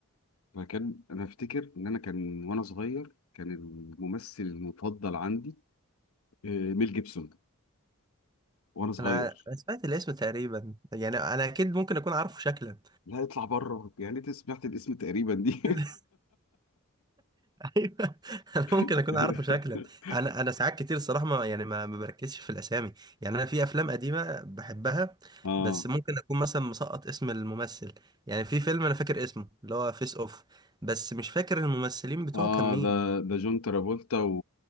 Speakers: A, on the left; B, on the right.
A: فكان أنا أفتكر إن أنا كان وأنا صغير كان الممثل المفضل عندي آه، ميل جيبسون وأنا صغير
B: انا أنا سمعت الاسم تقريبا يعني انا اكيد ممكن اكون عارفه شكلا
A: لا يطلع بره يعني أنت سمعت الاسم تقريبا دي
B: <laughs> ايوه <laughs> انا ممكن
A: <laughs>
B: اكون عارفه شكلا انا انا ساعات كتير الصراحه ما يعني ما ما بركزش في الاسامي يعني انا في افلام قديمه بحبها
A: اه
B: بس ممكن اكون مثلا مسقط اسم الممثل يعني في فيلم انا فاكر اسمه اللي هو فيس اوف بس مش فاكر الممثلين بتوعه
A: اه
B: كان مين
A: ده ده جون ترافولتا و...